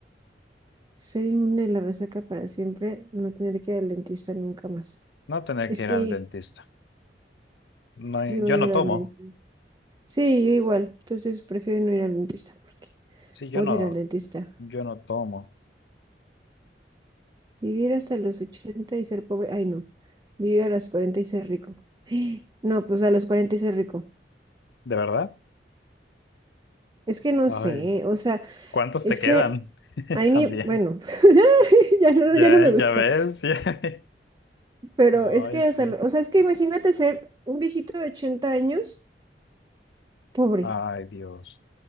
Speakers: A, on the right (about 25°); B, on the left (about 75°).
A: Ser inmune a la resaca para siempre, no tener que ir al dentista nunca más.
B: No tener
A: Es
B: que
A: que,
B: ir al dentista. No,
A: es
B: hay-
A: que
B: yo
A: odio
B: no
A: ir
B: tomo.
A: al dentista. Sí, yo igual. Entonces prefiero no ir al dentista porque
B: Sí, yo
A: Odio
B: no,
A: ir al dentista.
B: yo no tomo.
A: Vivir hasta los 80 y ser pobre. Ay, no. Vivir a los 40 y ser rico. <gasps> No, pues a los 40 y ser rico.
B: ¿De verdad?
A: Es que no
B: Ay,
A: sé, o sea,
B: ¿cuántos
A: es
B: te quedan?
A: que
B: <laughs>
A: hay ni,
B: También.
A: bueno, <laughs> ya no,
B: Ya,
A: ya no me gustó,
B: ya ves. <laughs> ya-
A: pero
B: Ay,
A: es que
B: sí.
A: hasta, lo- o sea, es que imagínate ser un viejito de 80 años pobre.
B: Ay, Dios.